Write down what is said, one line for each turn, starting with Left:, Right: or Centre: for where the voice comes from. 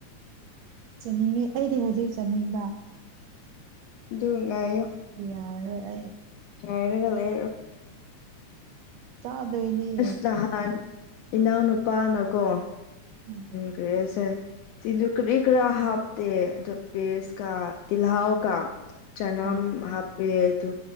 Right: ꯆꯠꯅꯤꯡꯉꯦ ꯑꯩꯗꯤ ꯍꯧꯖꯤꯛ ꯆꯥꯅꯤꯡꯕ
Left: ꯑꯗꯨ ꯉꯥꯏꯌꯣ
Right: ꯌꯥꯔꯥꯔꯣꯏ ꯑꯩ
Left: ꯉꯥꯏꯔꯒ ꯂꯩꯌꯨ
Right: ꯆꯥꯗꯣꯏꯅꯦ
Left: ꯑꯁ ꯅꯍꯥꯟ ꯏꯅꯥꯎ ꯅꯨꯄꯥꯅꯀꯣ
Right: ꯎꯝ
Left: ꯀꯔꯤ ꯍꯥꯏꯁꯤꯔꯥ ꯁꯤꯡꯖꯨ ꯀꯔꯤ ꯀꯔꯥ ꯍꯥꯞꯇꯦ ꯑꯗꯣ ꯄꯦꯁꯀꯥ ꯇꯤꯜꯍꯥꯎꯒꯥ ꯆꯅꯝ
Right: ꯑ
Left: ꯍꯥꯞꯄꯦ ꯑꯗꯨ